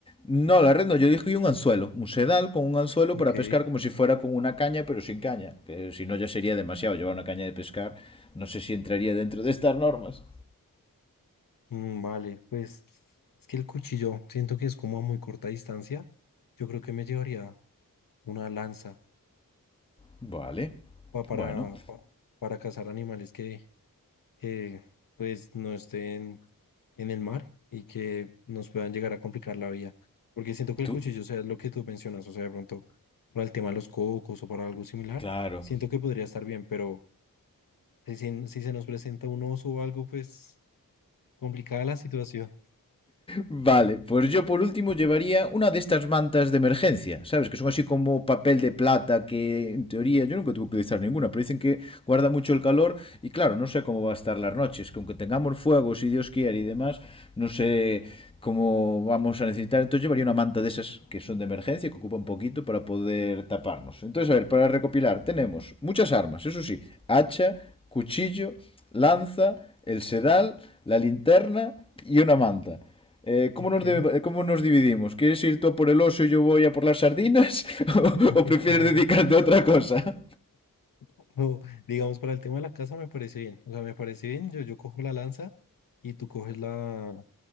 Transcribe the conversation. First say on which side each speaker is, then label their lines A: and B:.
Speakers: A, on the left (about 15°); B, on the left (about 70°).
A: No, la red no, yo dije un anzuelo, un sedal con un anzuelo
B: Ok,
A: para pescar como si fuera con una caña, pero sin caña, que si no ya sería demasiado llevar una caña de pescar, no sé si entraría dentro de estas normas.
B: mm, vale, pues es que el cuchillo siento que es como a muy corta distancia. Yo creo que me llevaría una lanza
A: Vale,
B: pa- para,
A: bueno,
B: pa- para cazar animales que, que pues no estén en el mar y que nos puedan llegar a complicar la vida. Porque siento que
A: tú,
B: el cuchillo, o sea, es lo que tú mencionas, o sea, de pronto para el tema de los cocos o para algo similar,
A: claro,
B: siento que podría estar bien, pero si, se- si se nos presenta un oso o algo, pues complicada la situación.
A: Vale, pues yo por último llevaría una de estas mantas de emergencia, ¿sabes? Que son así como papel de plata, que en teoría yo nunca tuve que utilizar ninguna, pero dicen que guarda mucho el calor y claro, no sé cómo va a estar las noches, que aunque tengamos fuego, si Dios quiere y demás, no sé cómo vamos a necesitar. Entonces llevaría una manta de esas que son de emergencia, que ocupa un poquito para poder taparnos. Entonces, a ver, para recopilar, tenemos muchas armas, eso sí, hacha, cuchillo, lanza, el sedal, la linterna y una manta. Eh, ¿cómo,
B: Ok.
A: nos de- ¿Cómo nos dividimos? ¿Quieres ir tú a por el oso y yo voy a por las sardinas? <laughs>
B: <laughs>
A: ¿O, o prefieres dedicarte a otra cosa?
B: O, digamos, para el tema de la casa me parece bien. O sea, me parece bien. Yo, yo cojo la lanza y tú coges la,